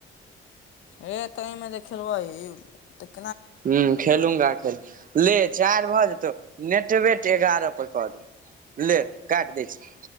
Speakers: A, on the left; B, on the right.
A: ए तऽमे खेलबहि
B: हूं खेलूंगा ले चार भऽ जेतौ नेटवेट एगारह पर कऽ दे ले काट दै छी।